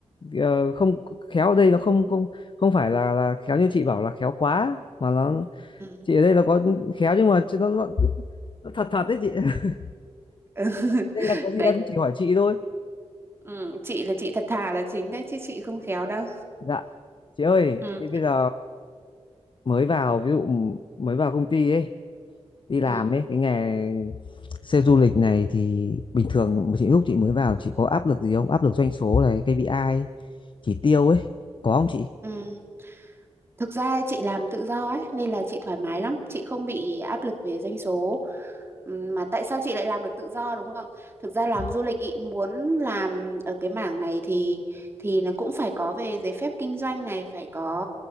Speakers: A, on the left; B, on the right.
A: ờ, không khéo ở đây nó không không không phải là là khéo như chị bảo là khéo quá mà nó
B: Ừ.
A: chị ở đây là có khéo nhưng mà chứ nó, nó, nó thật thật đấy chị <laughs>
B: <laughs>
A: đây là có gì
B: đấy
A: em chỉ hỏi chị thôi
B: ừ, chị là chị thật thà là chính đấy chứ chị không khéo đâu
A: dạ chị ơi
B: ừ,
A: thế bây giờ mới vào ví dụ mới vào công ty ấy đi làm
B: ừ,
A: ấy cái nghề sale du lịch này thì bình thường chị lúc chị mới vào chị có áp lực gì không áp lực doanh số này KPI chỉ tiêu ấy có không chị
B: ừ. thực ra chị làm tự do ấy nên là chị thoải mái lắm chị không bị áp lực về doanh số Ừm, mà tại sao chị lại làm được tự do đúng không? Thực ra làm
A: dạ
B: du lịch ý, muốn làm ở cái mảng này thì thì nó cũng phải có về giấy phép kinh doanh này, phải có